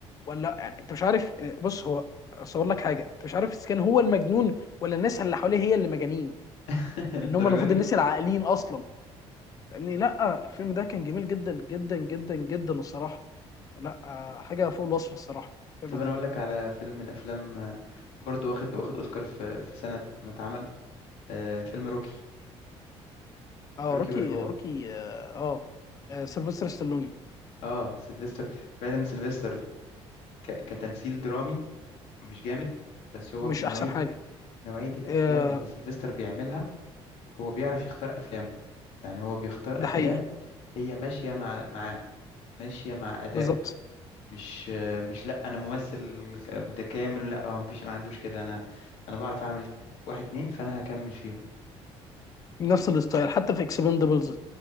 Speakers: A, on the left; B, on the left.
A: ولا لأ. يعني انت مش عارف آه، بص هو اصور لك حاجه انت مش عارف اذا كان هو المجنون ولا الناس اللي حواليه هي اللي مجانين
B: <laughs> للدرجه
A: ان هم المفروض
B: دي
A: الناس العاقلين اصلا فاهمني لا الفيلم ده كان جميل جدا جدا جدا جدا الصراحه لا آه، حاجه فوق الوصف الصراحه الفيلم
B: طب
A: ده
B: انا اقول لك على فيلم من الافلام آه، برضو واخد واخد اوسكار في في سنه ما اتعمل آه فيلم روكي
A: اه
B: روكي
A: روكي
B: بالبو
A: روكي اه, آه. آه، سيلفستر ستالوني
B: اه سيلفستر بعيدا عن سيلفستر ك... كتمثيل درامي مش جامد بس هو
A: مش
B: في نوعية
A: احسن حاجه
B: نوعية الأفلام
A: آه،
B: اللي سيلفستر بيعملها هو بيعرف يختار أفلامه يعني هو بيختار
A: ده
B: أفلام
A: حقيقي
B: هي ماشية مع معاه ماشية مع أدائه
A: بالظبط
B: مش مش لا أنا ممثل ك- متكامل لا هو مفيش ما عندوش كده أنا أنا بعرف أعمل واحد اتنين فأنا هكمل فيهم
A: نفس الستايل حتى في اكسبندبلز